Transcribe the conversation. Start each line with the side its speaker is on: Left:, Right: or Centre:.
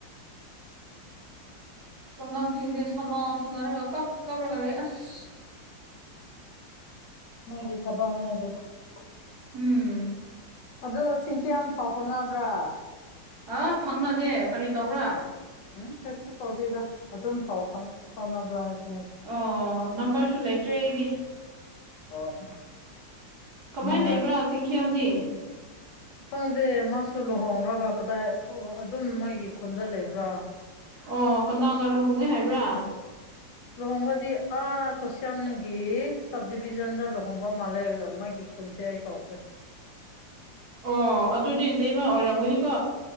Right: ꯑꯁ ꯑꯉꯥꯡꯁꯤꯡꯁꯦ ꯁꯥꯟꯅ ꯁꯥꯟꯅꯔꯒ ꯀꯞ ꯀꯞꯔꯒ ꯂꯩ ꯑꯁ
Left: ꯃꯣꯏꯒꯤ ꯊꯕꯛꯅꯦ <unintelligible>
Right: ꯎꯝ
Left: ꯑꯗꯣ ꯆꯤꯡꯀꯤꯌꯥꯝ ꯐꯥꯎ ꯐꯥꯎꯅꯕ꯭ꯔꯥ
Right: ꯑ ꯐꯪꯅꯗꯦ ꯀꯔꯤ ꯇꯧꯕ꯭ꯔꯥ
Left: ꯎꯝ ꯀꯩꯁꯨ ꯇꯧꯗꯦꯗꯥ ꯑꯗꯨ ꯐꯥꯎ ꯐꯪ ꯐꯥꯎꯅꯕ꯭ꯔꯥ ꯍꯥꯏꯕ
Right: ꯑꯣ ꯅꯝꯕꯔꯁꯨ ꯂꯩꯇ꯭ꯔꯦ ꯑꯩꯗꯤ
Left: ꯑꯣ
Right: ꯀꯃꯥꯏ
Left: ꯃꯥ
Right: ꯂꯩꯕ꯭ꯔꯥ ꯆꯤꯡꯈꯤꯌꯥꯝꯗꯤ
Left: ꯈꯪꯗꯦ ꯃꯥꯁꯨ ꯂꯨꯍꯣꯡꯔꯒ ꯀꯗꯥꯏ ꯑꯣ ꯑꯗꯨꯝ ꯃꯣꯏꯒꯤ ꯈꯨꯟꯗ ꯂꯩꯕ꯭ꯔꯥ
Right: ꯑꯣ ꯀꯅꯥꯒ ꯂꯨꯍꯣꯡꯉꯦ ꯍꯥꯏꯕ꯭ꯔꯥ
Left: ꯂꯨꯍꯣꯡꯕꯗꯤ ꯑꯥ ꯇꯣꯁꯤꯌꯥꯝꯒꯤ ꯁꯕ ꯗꯤꯕꯤꯖꯟꯗ ꯂꯨꯍꯣꯡꯕ ꯃꯥꯂꯦ ꯒ ꯃꯥꯒꯤ ꯈꯨꯟꯁꯦ ꯑꯩ ꯀꯥꯎꯈ꯭ꯔꯦ
Right: ꯑꯣ ꯑꯗꯨꯗꯤ ꯖꯦꯃ ꯑꯣꯏꯔꯝꯒꯅꯤꯀꯣ